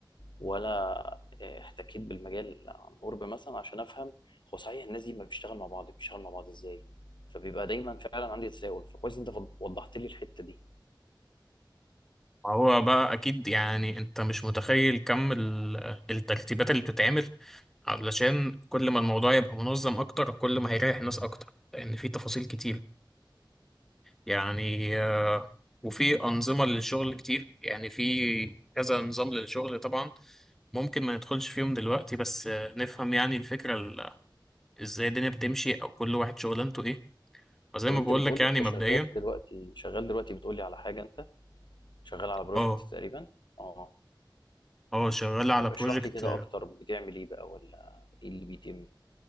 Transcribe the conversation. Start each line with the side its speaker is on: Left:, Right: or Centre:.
Left: ولا آه، احتكيت بالمجال عن قرب مثلا عشان افهم هو صحيح الناس دي ما بتشتغل مع بعض بتشتغل مع بعض ازاي فبيبقى دايما فعلا عندي تساؤل فكويس إن انت فض- وضحت لي الحته دي
Centre: هو بقى اكيد يعني انت مش متخيل كم ال- الترتيبات اللي بتتعمل علشان كل ما الموضوع يبقى منظم اكتر كل ما هيريح الناس اكتر لان في تفاصيل كتير يعني آه، وفي أنظمة للشغل كتير يعني في كذا نظام للشغل طبعا ممكن ما ندخلش فيهم دلوقتي بس آه، نفهم يعني الفكرة ال- ازاي الدنيا بتمشي أو كل واحد شغلانته ايه وزي
Left: طب
Centre: ما
Left: انت
Centre: بقول
Left: بتقول
Centre: لك يعني
Left: لي انت
Centre: مبدئيا
Left: شغال دلوقتي شغال دلوقتي بتقول لي على حاجه انت شغال على بروجكت
Centre: اه
Left: تقريبا اه
Centre: اه شغال على
Left: طب
Centre: بروجكت
Left: اشرح لي كده اكتر بتعمل ايه بقى ولا ايه اللي بيتم